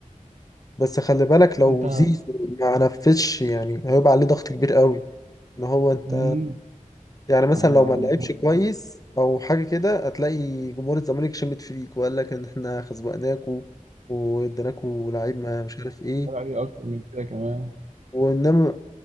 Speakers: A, on the left; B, on the right.
A: بس خلي بالك لو
B: انت
A: زيزو ما نفذش يعني هيبقى عليه ضغط كبير قوي ان هو انت
B: مم،
A: يعني مثلا
B: ده هيبقى
A: لو ما لعبش
B: مضغوط
A: كويس
B: جامد
A: او حاجه كده هتلاقي جمهور الزمالك شمت فيك وقال لك ان احنا خزوقناكوا واديناكوا لعيب ما مش عارف ايه
B: هتطلع عليه اكتر من كده كمان
A: وانما